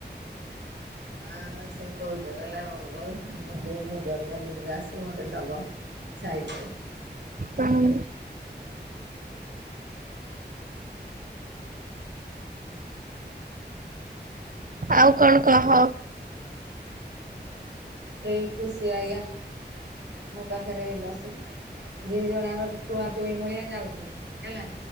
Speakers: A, on the right (about 75°); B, on the right (about 50°).
A: ହଁ ସେ କହୁଛି କହିଲା ବୋଉ ଦେଇ ମୋ ଜନ୍ମଦିନରେ ଆସିବ ମତେ ଦବ। ସାଇକେଲ୍।
B: ହୁଁ। ଆଉ କଣ କହ?
A: ଏଇ ଖୁସି ଆଇଲା ମୋ ପାଖରେ ବସିଲା। ଦି ଜଣ ଯାକ ଟୁଆଁ ଟୁଇଁ ଭଳିଆ ଯାଉଛନ୍ତି ହେଲା।